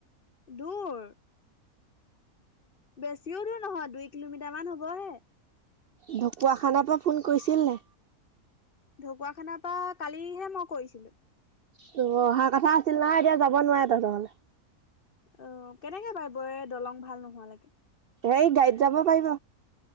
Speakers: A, on the left; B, on the right.
A: দূৰ বেছিও দূৰ নহয় দুই কিলোমিটাৰ মান হবহে
B: ঢকুৱাখানাৰ পৰা ফোন কৰিছিল নে
A: ঢকুৱাখানাৰ পৰা কালিহে মই কৰিছিলো
B: ত অহা কথা আছিল না এতিয়া যাব নোৱাৰে তহঁতৰলে
A: অ কেনেকে বাইিব এ দলং ভাল নোহোৱালৈকে
B: এই গাড়ত যাব পাৰিব